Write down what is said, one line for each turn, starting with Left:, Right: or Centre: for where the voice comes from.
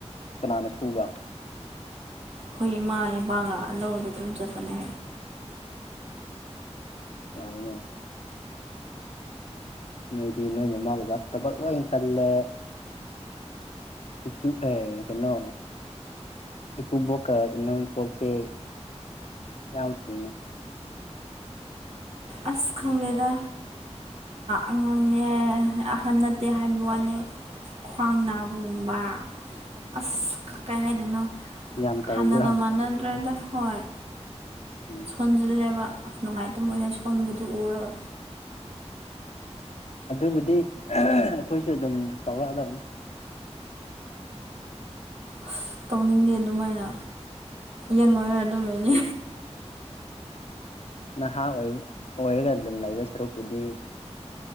Left: ꯀꯅꯥꯅ ꯁꯨꯕ
Right: ꯍꯣꯏ ꯏꯃꯥ ꯏꯄꯥꯒ ꯂꯧꯗ ꯑꯗꯨꯝ ꯆꯠꯄꯅꯦ
Left: ꯑ ꯌꯥꯏꯅꯦ ꯅꯣꯏꯗꯤ ꯅꯣꯏ ꯃꯃꯥ ꯕꯕꯥꯗꯨ ꯊꯕꯛ ꯂꯣꯏ ꯀꯜꯂꯦ ꯏꯀ ꯑꯦ ꯀꯩꯅꯣ ꯏꯀꯨꯞꯕꯣꯛ ꯏꯅꯣꯄꯣꯛꯁꯦ ꯌꯥꯝ ꯐꯩꯅꯦ
Right: ꯑꯁ ꯈꯪꯂꯗ ꯑꯉꯥꯡꯅꯦ ꯑꯍꯟ ꯅꯠꯇꯦ ꯍꯥꯏꯕ ꯋꯥꯅꯤ ꯈ꯭ꯋꯥꯡ ꯅꯥꯕꯒꯨꯝꯕ ꯑꯁ ꯀꯩ ꯍꯥꯏꯗꯣꯏꯅꯣ
Left: ꯌꯥꯝ ꯇꯧꯕ꯭ꯔꯥ
Right: ꯍꯥꯟꯅꯒ ꯃꯥꯟꯅꯗ꯭ꯔꯦꯗ ꯍꯣꯏ
Left: ꯎꯝ
Right: ꯁꯣꯟꯖꯤꯜꯂꯦꯕ ꯑꯁ ꯅꯨꯡꯉꯥꯏꯇꯕ ꯑꯣꯏꯅ ꯁꯣꯟꯕꯗꯨ ꯎꯔꯒ
Left: ꯑꯗꯨꯕꯨꯗꯤ ꯑꯩꯈꯣꯏꯁꯨ ꯑꯗꯨꯝ ꯇꯧꯔꯛꯑꯗꯕꯅꯤ
Right: ꯑꯁ ꯇꯧꯅꯤꯡꯗꯦ ꯑꯗꯨꯃꯥꯏꯅ ꯌꯦꯪꯉꯣꯏꯔ ꯑꯗꯨꯝ ꯂꯣꯏꯅꯤ
Left: ꯅꯍꯥ ꯑꯣꯏ ꯑꯣꯏꯔꯒ ꯑꯗꯨꯝ ꯂꯩꯕ ꯁꯔꯨꯛꯄꯨꯗꯤ